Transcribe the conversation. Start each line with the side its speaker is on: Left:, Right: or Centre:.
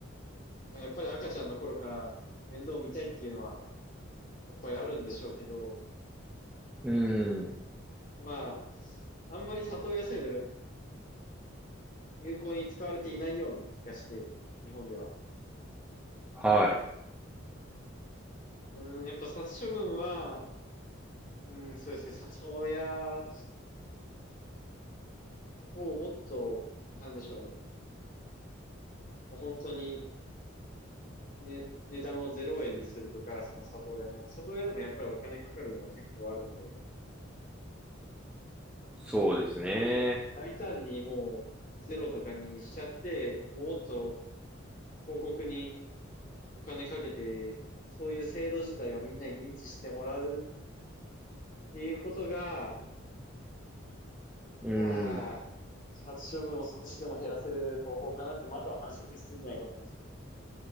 Left: まあ、やっぱり赤ちゃんの頃から面倒を見たいっていうのは、やっぱりあるんでしょうけど、
Centre: うん。
Left: まあ、あんまり里親制度が有効に使われていないような気がして、日本では。
Centre: はい。
Left: うーん、やっぱ殺処分は、うん、そうですね、里親をもっと、なんでしょうね。もう本当にね、値段を0円にするとか、その里親の、里親でもやっぱりお金かかるのは結構あるんで、
Centre: そうですね。
Left: そういう大胆にもうゼロとかにしちゃって、もっと広告にお金かけて、そういう制度自体をみんなに認知してもらうっていうことが、
Centre: うん。
Left: まあ、殺処分を少しでも減らせる方法かなって、まあ、あとは繁殖しすぎないことなんですけど、